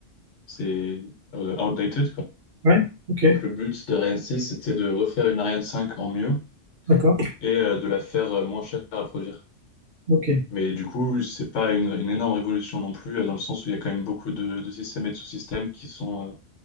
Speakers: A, on the left (about 65°); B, on the right (about 55°).
A: c'est euh, outdated, quoi.
B: ouais, ok,
A: Donc le but de Ariane Six, c'était de refaire une Ariane Cinq en mieux
B: d'accord,
A: et euh, de la faire euh, moins chère à produire.
B: ok.
A: Mais du coup, c'est pas une, une énorme révolution non plus, euh, dans le sens où il y a quand même beaucoup de, de systèmes et de sous-systèmes qui sont, euh,